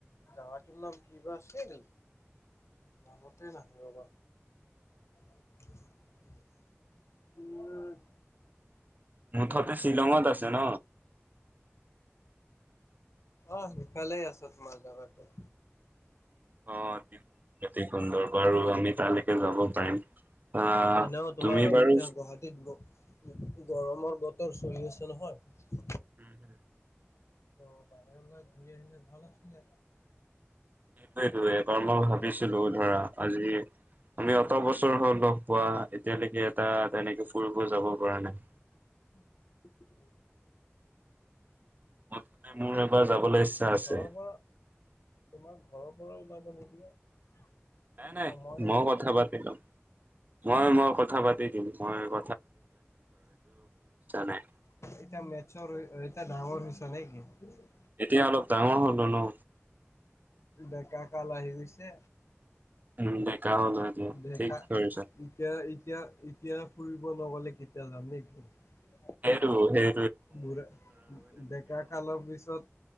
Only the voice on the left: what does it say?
জাগাটোৰ নাম কি বা আছিল। মনতে নাহে বাবা। <inaudible> <inaudible>
অ', সিফালে আছো তোমাৰ জগাতে।
এনেও তোমাৰ
এতিয়া গুৱাহাটীত গৰমৰ বতৰ চলি আছে নহয়।
অ' বাহিৰলে ঘূৰি আহিলে ভাল আছিলে।
নহয়
জানো?
<inaudible>
ঘৰৰ পৰা তোমাক ঘৰৰ পৰা ওলাব নিদিয়ে।
তুমি
সময়
নোপোৱা।
এতিয়া মেটচত এতিয়া ডাঙৰ হৈছ <unintelligible>
ডেকা কাল আহি গৈছে।
ঢেকা
এতিয়া এতিয়া-এতিয়া ফুৰিব নগ'লে কেত <unintelligible>
বুঢ়া ডেকা কালৰ পিছত